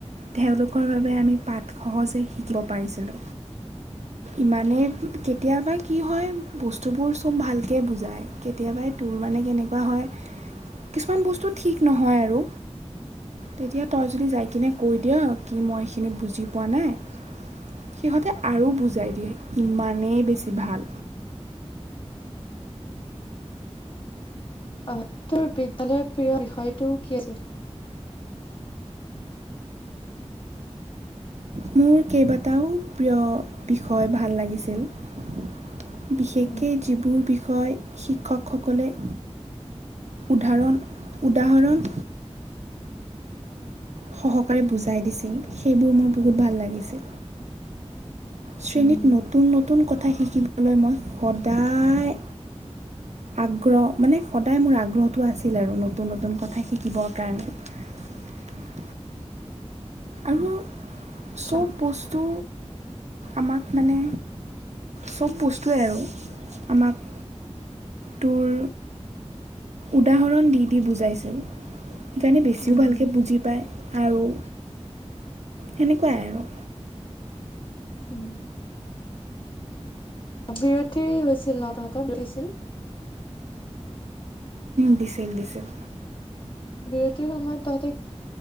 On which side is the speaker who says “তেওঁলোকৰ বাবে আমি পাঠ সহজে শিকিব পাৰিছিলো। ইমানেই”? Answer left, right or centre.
Right